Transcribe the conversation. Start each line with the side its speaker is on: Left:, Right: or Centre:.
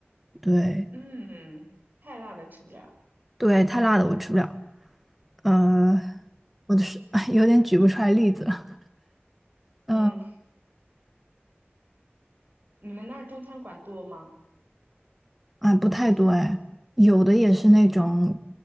Centre: 对
Right: 嗯，太辣的吃不了。
Centre: 对，太辣的我吃不了。呃，我的是 <laughs> 有点举不出来例子了嗯、
Right: 嗯，你们那儿中餐馆多吗？
Centre: 啊，不太多哎，有的也是那种